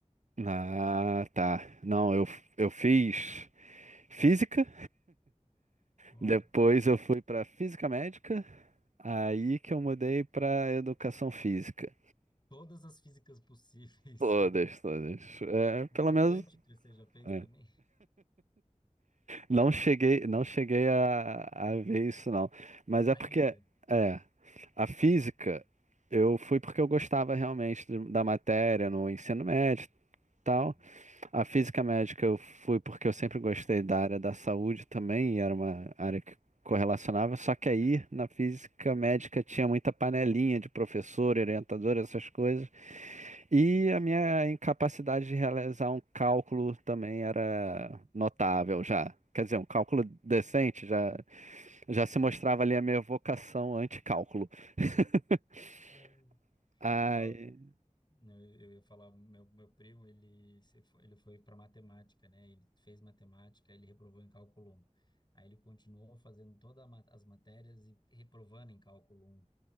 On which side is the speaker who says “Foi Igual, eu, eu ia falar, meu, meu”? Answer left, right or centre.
Left